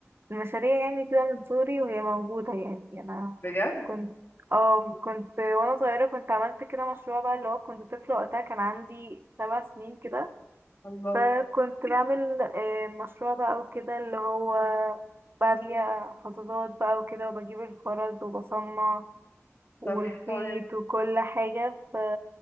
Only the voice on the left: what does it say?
بجد؟
الله
طب حلو جدا